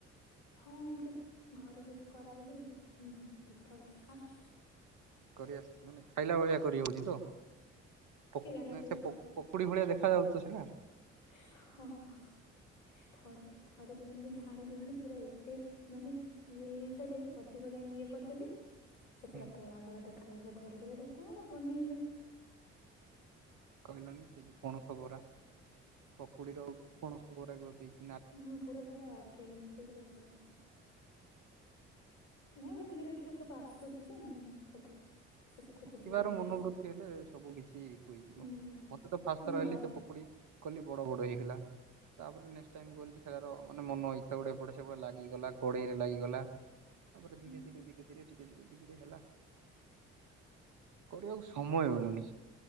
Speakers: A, on the left; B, on the right.
A: ହଁ ଏମତି ଘରେ ଯଦି କରାହଉଛି ମୁଁ ତ୍ ଦେଖଥାଉଛି ଆସୁଛି।
B: କରିଆସ୍ ମାନେ ଖାଇଲା ଭଳିଆ କରି
A: ହୁଁ
B: ହଉଛି ତ ପକ୍
A: କେଜାଣି
B: ନାଇଁ
A: ଟେଷ୍ଟ
B: ସେ ପକ୍ ପକୁଡି ଭଳିଆ ଦେଖାଯାଉଚି ତ ସେଇଟା।
A: ହଁ ହଁ। ଥରେ ଥରେ ପୁରା ଏମିତି ଛାଣିଦୋଉଥିଲି ପୁରା ଏତେ ମାନେ ଇଏ ହେଇଯାଇଥିଲା ଯେ ଅଧିକ ଟାଇମ ଇଏ କରିଦେଲି। ସେ
B: ହୁଁ।
A: ପୁରା କଳା କଳା ଦେଖାଯାଉଥିଲା ଘରେ କହିଲେ ଏଟା କଣ ବନେଇଲୁ।
B: କହିଲନି ସେ ଯ, ପଣସ, ବରା, ପକୁଡିରଉ, ପଣସ, ବରା, କରଦେଇଛି।
A: ହୁଁ ପୁରା ସେଟା ଆ କେମତି ଗୋଟେ ହେଇଗଲା। ନାଇଁ ଧୀରେ ଧୀରେ ସବୁ ଆସୁଛି ଯେ ସବୁ। ଶିଖୁଛି
B: ଶିଖିବାର
A: ଧୀରେ ଧୀରେ
B: ମନୋବୃତ୍ତି
A: ସବୁ
B: ହେଲେ ସବୁ କିିଛି ହୋଇଯିବ
A: ହୁଁ
B: ମତେ ତ ଫାସ୍
A: କିନ୍ତୁ
B: ତ ରହିଲି
A: ଘରେ
B: ସେ ପକୁଡି। କଲି ବଡ଼ ବଡ଼ ହେଇଗଲା, ତାପରେ ନେକ୍ସଟ ଟାଇମ୍ କଲି ସେ ତାର ମାନେ ମନଇ। ସେପଟୁ ଏ ପଟ ସେପଟ ଲାଗିଗଲା କଡେଇରେ ଲାଗିଗଲା ତାପରେ
A: ହୁଁ
B: ଧୀରେ ଧୀରେ ଧୀରେ ଧୀରେ। ଟିକେ ଟିକେ ଟିକେ ଟିକେ ହେଲା। କରିବାକୁ ସମୟ ମିଳୁନି,